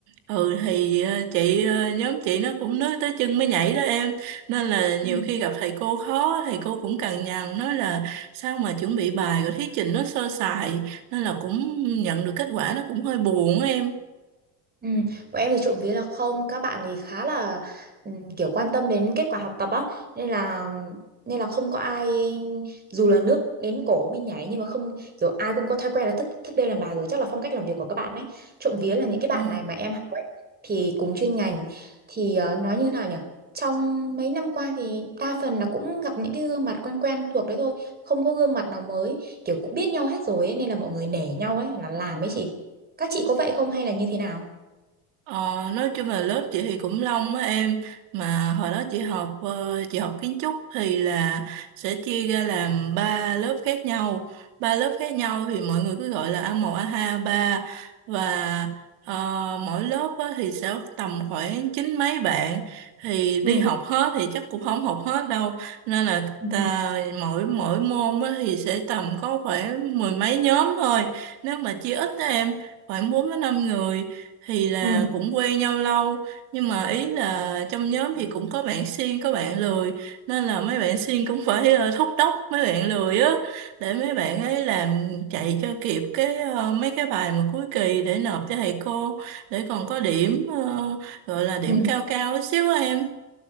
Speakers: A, on the right; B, on the right.
A: ừ thì ờ, chị ờ, nhóm chị nó cũng nói tới chân mới nhảy đó em nên là nhiều
B: ừ
A: khi gặp thầy cô khó thầy cô cũng cằn nhằn nói là sao mà chuẩn bị bài rồi thuyết trình nó sơ sài nên là cũng nhận được kết quả nó cũng hơi buồn á em
B: Ừ, bọn em thì trộm vía là không các bạn thì khá là ừm, kiểu quan tâm đến kết quả học tập á nên là nên là không có ai dù là nước đến cổ mình nhảy nhưng mà không kiểu ai cũng có thói quen là thức thức đêm làm bài rồi chắc là phong cách làm việc của các bạn ấy trộm vía là những cái bạn
A: Ừ.
B: này mà em học ấy thì cùng chuyên ngành thì ờ, nói như thế nào nhỉ trong mấy năm qua thì đa phần là cũng gặp những cái gương mặt quen quen thuộc đấy thôi không có gương mặt nào mới kiểu cũng biết nhau hết rồi ấy, nên là mọi người nể nhau ấy là làm ấy chị các chị có vậy không hay là như thế nào
A: Ờ, nói chung là lớp chị thì cũng long á em mà hồi đó chị học ờ, chị học kiến trúc thì là sẽ chia ra làm ba lớp khác nhau ba lớp khác nhau thì mọi người cứ gọi là a một a hai a ba và ờ, mỗi lớp á, thì sẽ tầm khoảng chín mấy bạn thì
B: ừ
A: đi học hết thì chắc cũng không học hết đâu nên là
B: ừ
A: ta, mỗi mỗi môn á, thì sẽ tầm có khoảng mười mấy nhóm thôi nếu mà chia ít đó em khoảng 4 đến 5 người thì là
B: ừ ừ
A: cũng quen nhau lâu nhưng mà ý là trong nhóm thì cũng có bạn siêng có bạn lười nên là mấy bạn siêng cũng <laughs> phải ờ, thúc đốc mấy bạn lười á để mấy bạn ấy làm chạy cho kịp cái ờ, mấy cái bài mà cuối kỳ để nộp cho thầy cô để còn có điểm ờ, gọi là điểm
B: ừ
A: cao cao chút xíu á em